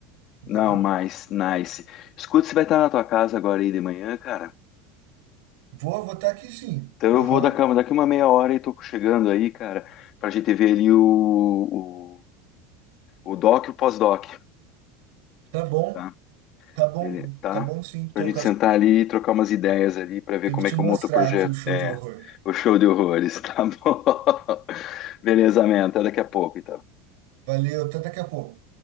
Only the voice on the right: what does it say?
entendeu?
Vou votar aqui sim,
aham,
tá bom,
tá bom,
tá bom sim, tô
com
as-
tem
que te
mostrar
aqui o show
de horror.
Valeu, até daqui a pouco.